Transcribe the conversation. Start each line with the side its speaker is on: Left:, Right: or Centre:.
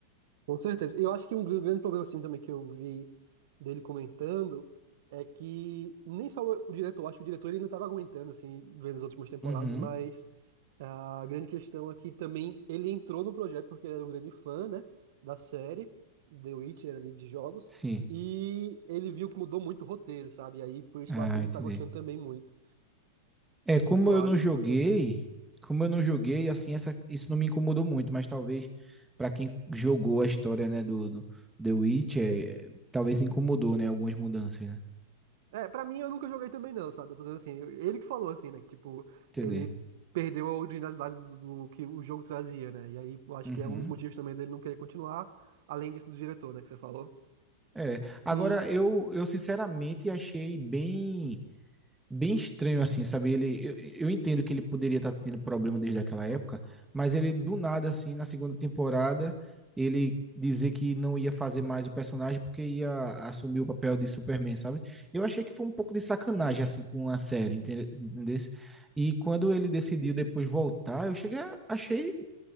Right: Com certeza. E eu acho que um gr- grande problema assim também que eu vi dele comentando é que nem só o o diretor, acho que o diretor ele ainda estava aguentando assim, vendo as últimas temporadas,
Centre: Uhum,
Right: mas a grande questão é que também ele entrou no projeto porque ele era um grande fã, né, da série The Witcher ali de jogos
Centre: sim.
Right: e ele viu que mudou muito o roteiro, sabe? E aí por isso
Centre: Ah,
Right: que eu acho que ele
Centre: entendi.
Right: não tá gostando também muito
Centre: É,
Right: de
Centre: como
Right: atuar
Centre: eu não
Right: ali,
Centre: joguei,
Right: porque
Centre: como eu não joguei, assim, essa, isso não me incomodou muito, mas talvez para quem jogou a história, né, do, do The Witcher, eh, talvez incomodou, né, algumas mudanças, né?
Right: É, pra mim eu nunca joguei também não, sabe? Eu tô dizendo assim, eu- ele que falou assim, né? Que, tipo,
Centre: Entender.
Right: ele perdeu a originalidade do, do que o jogo trazia, né? E aí eu acho
Centre: Uhum.
Right: que é um dos motivos também dele não querer continuar, além disso do diretor, né? Que você falou.
Centre: É, agora
Right: Hum,
Centre: eu, eu sinceramente achei bem bem estranho assim, sabe? Ele, eu, eu entendo que ele poderia estar tendo problema desde aquela época, mas ele do nada assim, na segunda temporada, ele dizer que não ia fazer mais o personagem porque ia assumir o papel de Superman, sabe? Eu achei que foi um pouco de sacanagem assim com a série, entende- entendesse? E quando ele decidiu depois voltar, eu cheguei, a- achei,